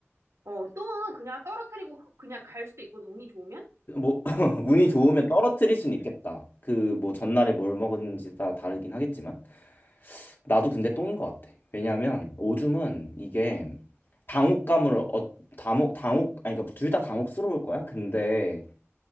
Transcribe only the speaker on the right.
어 똥은 그냥 떨어뜨리고 그냥 갈 수도 있거든 운이 좋으면.